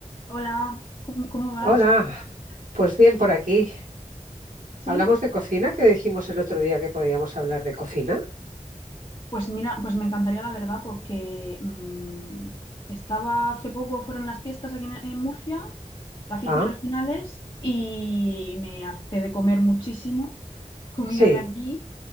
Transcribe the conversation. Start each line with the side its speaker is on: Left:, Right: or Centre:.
Left: Hola, ¿cómo, cómo vas?
Right: Hola, pues bien por aquí.
Left: ¿Sí?
Right: ¿Hablamos de cocina? que dijimos el otro día que podíamos hablar de cocina?
Left: Pues mira, pues me encantaría la verdad porque mm, estaba hace poco, fueron las fiestas aquí en, en Murcia, las fiestas
Right: Ah,
Left: regionales, y me harté de comer muchísimo comida
Right: sí.
Left: de aquí